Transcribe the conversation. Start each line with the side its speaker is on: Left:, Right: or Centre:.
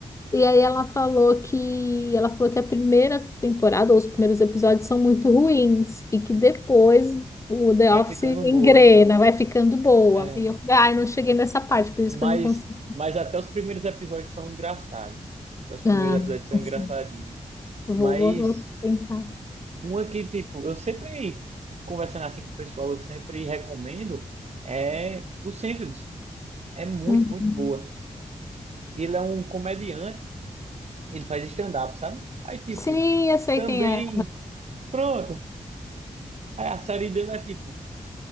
Left: E aí ela falou que ela falou que a primeira temporada ou os primeiros episódios são muito ruins e que depois o The
Right: Vai
Left: Office
Right: ficando
Left: engrena,
Right: boa.
Left: vai ficando boa.
Right: É,
Left: E eu falei, ai, não cheguei nessa parte, por isso
Right: mas,
Left: que eu não consigo
Right: mas até os primeiros episódios são engraçados. Até os primeiros
Left: Ah,
Right: episódios são
Left: assim,
Right: engraçadinhos.
Left: vou,
Right: Mas.
Left: vou, vou tentar.
Right: Uma que, tipo, eu sempre, conversando assim com o pessoal, eu sempre recomendo é o Seinfeld. É muito,
Left: Uhum.
Right: muito boa. Ele é um comediante, ele faz stand-up, sabe? Aí, tipo,
Left: Sim, eu sei
Right: também,
Left: quem é.
Right: pronto. Aí a série dele é, tipo,